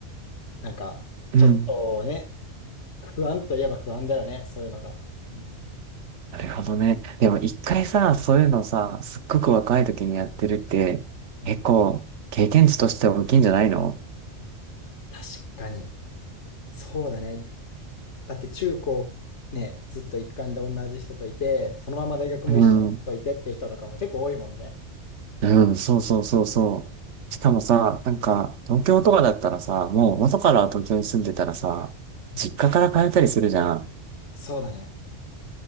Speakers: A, on the left; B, on the right.
A: なんか、
B: うん。
A: ちょっとね、不安といえば不安だよね、そういうのが。うん。
B: なるほどね。でも一回さ、そういうのさ、すっごく若い時にやってるって、
A: うん、
B: 結構経験値として大きいんじゃないの
A: 確かに。そうだね。だって中高ね、ずっと一貫で同じ人といて、そのまま大学も一緒の人といてって人とかも結構多いもんね。
B: うん。うん、そうそうそうそう。
A: うん。
B: しかもさ、なんか東京とかだったらさ、もう元から東京に住んでたらさ、
A: うん、
B: 実家から通ったりするじゃん。
A: そうだね。